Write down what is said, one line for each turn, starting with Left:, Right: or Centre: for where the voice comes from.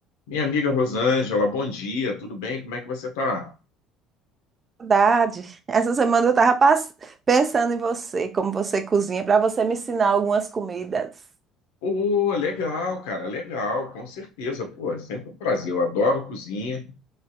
Left: Minha amiga Rosângela, bom dia, tudo bem? Como é que você tá?
Right: Saudade. Essa semana eu tava pass- pensando em você, como você cozinha, para você me ensinar algumas comidas
Left: Pô, legal, cara, legal, com certeza. Pô, é sempre um prazer. Eu adoro cozinha,